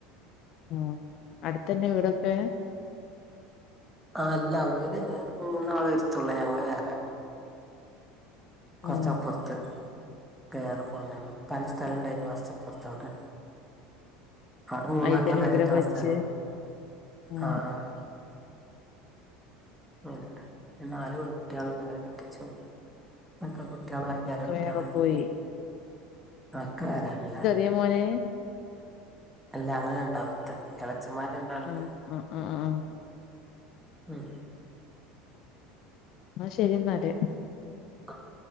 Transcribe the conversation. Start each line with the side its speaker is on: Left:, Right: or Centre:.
Left: ഉം അടുത്തന്നെ വീടൊക്കെ
Centre: ആഹ് അല്ല വീട് മൂന്നാളെരുത്തുള്ളേ ഞങ്ങള് വേറെ കുറച്ചപ്പുറത്ത്
Left: ആഹ്
Centre: <unintelligible> ഉപ്പാന്റെ സ്ഥല ഇണ്ടായിരുന്നു കൊറച്ചപ്പർത്തവ്ടെ അവടെ മൂന്നാക്ക്ള്ള
Left: അയിത്തന്നെ
Centre: പെരേറ്റാനുള്ള
Left: വീടൊക്കെ വെച്ച്
Centre: സ്ഥലൊള്ളു
Left: ഉം
Centre: ആഹ് ആഹ് അങ്ങനെ ഒര് നാല് പെൺകുട്ട്യാള്ണ്ട് ഒലെ കെട്ടിച്ചും ഇവൽകൊക്കേ കു കുട്ട്യാളായി പേരകുട്ട്യാളായി
Left: ഒക്കെ വേറെ പോയി
Centre: ഒക്കെ വേറേണല്ലാരും
Left: ഇന്റെ മോന്
Centre: അല്ല അങ്ങള് രണ്ടാമത്തെ എളച്ചന്മാര് രണ്ടാള്ണ്ട്
Left: ആഹ് ആഹ് ആഹ് ആഹ്
Centre: ഉം
Left: ആഹ് ശരി എന്നാല്
Centre: ആഹ്